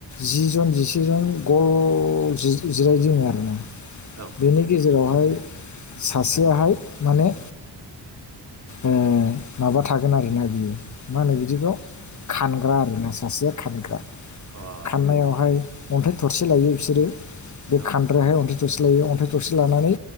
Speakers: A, on the left (about 45°); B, on the right (about 40°).
A: जि जन जिसेजन गल जिरायजिङो आरो ना
B: औ
A: बेनि गेजेरावहाय सासेयाहाय माने ओ- माबा थागोन आरोना बियो मा होनो बिदिखौ खानग्रा आरोना सासेया खानग्रा
B: अ
A: खाननायावहाय अन्थाइ थरसे लायो बिसोरो बे
B: औ
A: खानद्रहाय अन्थ दरसे लायो अन्थाइ थसे लानानै